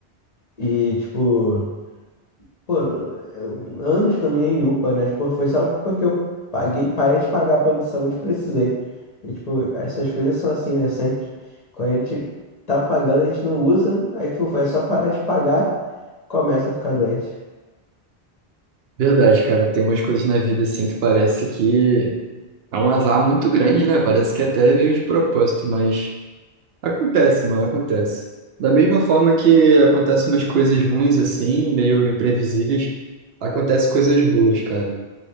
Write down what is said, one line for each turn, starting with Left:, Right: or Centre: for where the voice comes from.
Left: e tipo, pô, eu- anos que eu não ia em UPA, né? Tipo, foi só porque eu paguei, parei de pagar plano de saúde e precisei. E, tipo, essas coisas são assim, né? Sempre. Quando a gente tá pagando, a gente não usa. Aí, pô, foi só parar de pagar, começa a ficar doente.
Right: Verdade, cara, tem umas coisas na vida assim que parece que é um azar muito grande, né? Parece que até é meio de propósito, mas acontece, mano, acontece. Da mesma forma que acontecem umas coisas ruins assim, meio imprevisíveis, acontecem coisas boas, cara.